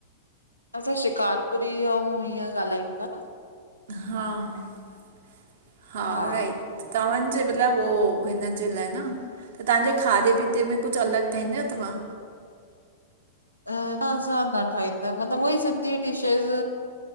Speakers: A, on the left; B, on the right.
A: असां शिकारपुरी अऊं, हीअं ॻाल्हायूं पिया न।
B: हाँ-हाँ,
A: हा
B: राईट। तव्हांजे बिला वो, हिनजे लायं न त तांजे खादे-पीते में कुझ अलॻ ठाहींदा आयो तव्हां?
A: न-न, असां न ठाहींदा, मतलब वोई सिंधी डिशेज।